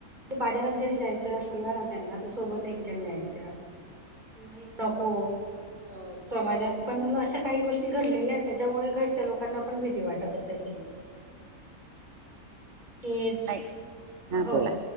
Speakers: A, on the right; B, on the right.
A: बाजारात जरी जायचं असल ना ना त्यांना तर सोबत एक जण न्यायचं कि म ही नको अ‌ समाजात पण अशा काही गोष्टी घडलेल्या आहेत त्याच्यामुळे घरच्या लोकांना पण भीती वाटत असायची. <inaudible> ते,
B: नाही हा
A: हो
B: बोला